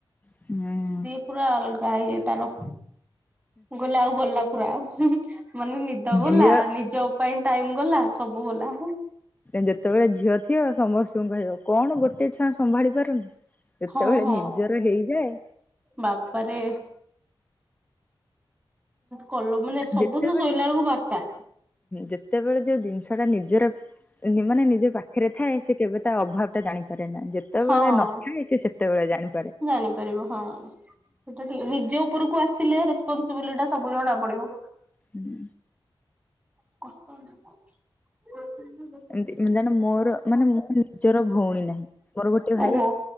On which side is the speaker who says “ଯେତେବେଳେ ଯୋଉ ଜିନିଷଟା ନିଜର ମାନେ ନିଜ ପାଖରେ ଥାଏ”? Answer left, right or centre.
Left